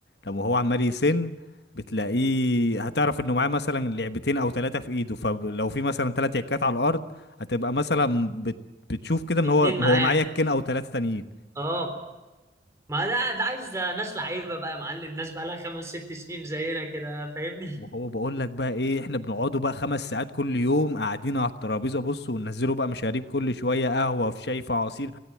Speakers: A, on the left; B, on the right.
A: لما هو عمال يسن بتلاقيه هتعرف انه معاه مثلا لعبتين او ثلاثة في ايده فلو في مثلا ثلاث يكات على الارض هتبقى مثلا بت... بتشوف كده ان
B: اتنين
A: هو
B: معاه
A: هو معاه يكين او ثلاثة تانيين
B: اه ما ده ده عايز ناس لعيبه بقى يا معلم ناس بقى لها خمس ست سنين زينا كده فاهمني
A: وهو بقول لك بقى ايه احنا بنقعدوا بقى خمس ساعات كل يوم قاعدين على الترابيزه بص وننزلوا بقى مشاريب كل شويه قهوه في شاي في عصير